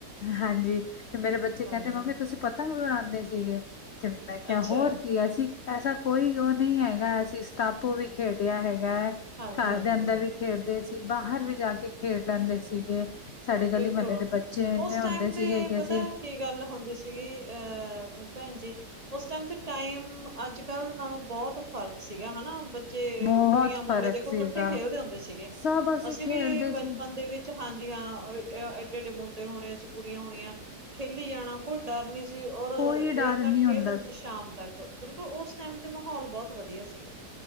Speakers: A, on the left; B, on the right.
A: ਹਾਂਜੀ ਤੇ ਮੇਰੇ ਬੱਚੇ ਕਹਿੰਦੇ
B: ਹਾਂਜੀ,
A: ਮੰਮੀ ਤੁਸੀਂ ਪ ਪਤੰਗ ਵੀ ਉਡਾਉਂਦੇ ਸੀਗੇ ਤੇ ਮੈਂ ਕਿਹਾ
B: ਅੱਛਾ
A: ਹੋਰ ਕੀ ਹੈ ਸੀ। ਐਸਾ ਕੋਈ ਉਹ ਨਹੀਂ ਹੈਗਾ ਅਸੀਂ ਸਟਾਪੂ ਵੀ ਖੇਡਿਆ ਹੈਗਾ ਹੈ
B: ਹਾਂਜੀ-ਹਾਂਜੀ
A: ਘਰ ਦੇ ਅੰਦਰ ਵੀ। ਖੇਡਦੇ ਸੀ ਬਾਹਰ ਵੀ ਜਾ ਕੇ ਖੇਡ ਲੈਂਦੇ ਸੀਗੇ ਸਾਡੇ ਗਲੀ
B: ਬਿਲਕੁਲ।
A: ਮਹੱਲੇ ਦੇ ਬੱਚੇ ਇੰਨੇ
B: ਉਸ
A: ਹੁੰਦੇ
B: ਟਾਈਮ ਤੇ
A: ਸੀਗੇ ਕਿ
B: ਪਤਾ
A: ਅਸੀਂ
B: ਕੀ ਗੱਲ ਹੁੰਦੀ ਸੀਗੀ ਅਹ ਭੈਣ ਜਜੀ ਉਸ ਟਾਈਮ ਤੇ ਟਾਈਮ ਅੱਜ ਕੱਲ ਨਾਲੋਂ ਬਹੁਤ ਫ਼ਰਕ ਸੀਗਾ ਹਨਾ। ਬੱਚੇ
A: ਬਹੁਤ
B: ਕੁੜੀਆਂ ਮੁੰਡੇ
A: ਫ਼ਰਕ
B: ਦੇਖੋ
A: ਸੀਗਾ
B: ਇਕੱਠੇ ਖੇਲਦੇ ਹੁੰਦੇ ਸੀਗੇ
A: ਸਭ
B: ਅਸੀਂ
A: ਖੇਡਦੇ
B: ਵੀ
A: ਸੀ
B: ਬਚਪਨ ਦੇ ਵਿੱਚ ਹਾਂਜੀ ਹਾਂ। ਏਡੇ ਏਡੇ ਮੁੰਡੇ ਹੋਣੇ ਅਸੀ ਕੁੜੀਆਂ ਹੋਣੀਆਂ ਖੇਲੀ ਜਾਣਾ ਕੋਈ ਡਰ ਨੀ ਸੀ ਔਰ
A: ਕੋਈ ਡਰ
B: ਦੇਰ ਤੱਕ
A: ਨਹੀਂ
B: ਖੇਲਦੇਿੰਦੇ
A: ਹੁੰਦਾ
B: ਸੀ ਸ਼ਾਮ ਤੱਕ ਬਿਲਕੁਲ ਉਸ ਟਾਈਮ ਤੇ ਮਾਹੌਲ ਬਹੁਤ ਵਧੀਆ ਸੀਗਾ